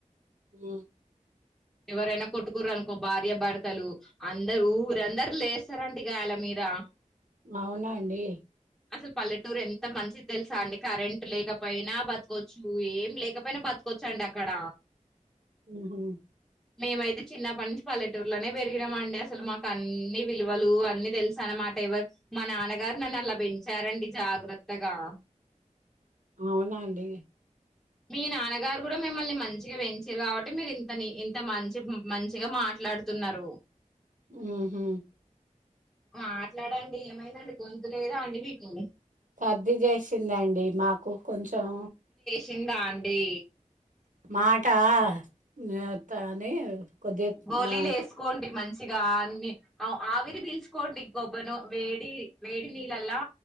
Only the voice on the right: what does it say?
ఉ
అవునా అండి.
ఉమ్.
అవునా అండి.
ఉమ్మ్.
సర్ది చేసిందండి మాకు కొంచెం.
మాట న అని. కొద్దిగా
ఆ